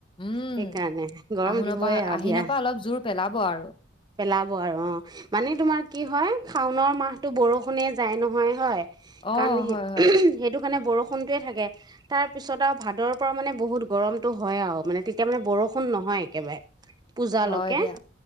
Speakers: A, on the left; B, on the right.
A: উম,
B: সেইকাৰণে গৰম
A: আহো
B: দিবই
A: নপা
B: আৰু
A: আহিণৰ,
B: দিয়া
A: পৰা অলপ জোৰ পেলাব। হব আৰু
B: পেলাব আৰু অ, মানে তোমাৰ কি হয়? শাওনৰ মাহতটো বৰষুণে যায় নহয়, হয়।
A: অ
B: কাৰণে,
A: হয় হয়
B: সেই-সেইটো কাৰণ বৰষুণতয়ে থাকে, তাৰ পিছত আৰু ভাদৰ পৰা মানে বহুত গৰমটো হয়, আৰু মানে তেতিয়া মানে বৰষুণ নহয় একেবাৰে। পূজালৈকে।
A: হয় দিয়া